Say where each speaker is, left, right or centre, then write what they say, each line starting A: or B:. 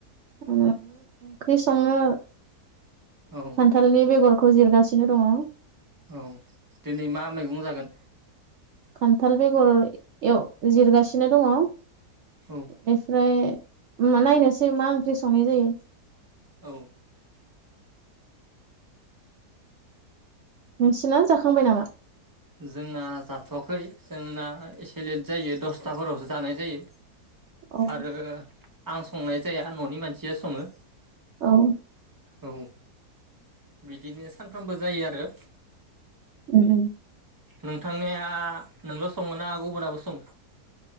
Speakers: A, on the right (about 75°); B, on the right (about 20°).
A: ओं ओंख्रि संङो
B: औ
A: खान्थालनि बेगर खौ जिरगासिनो दङ।
B: औ दिनै मा मैगं जागोन
A: खान्थाल बेगर एव जिरगासिनो दङ। बेनिफ्राय
B: औ
A: मा नायनोसै मा ओं ख्रि संनाय जायो।
B: औ
A: नोंसिना जाखांबाय नामा
B: जोंना जाथ'वाखै जोंना एसे लेट जायो दसथाफोरावसो जानाय जायो।
A: औ
B: आरो आं संनाय जाया न'नि मानसिया सङो।
A: औ
B: औ बिदिनो सानफ्रामबो जायो आरो
A: उम-उम
B: नोंथांनिया नोंल' सङोना गुबुनाबो सङो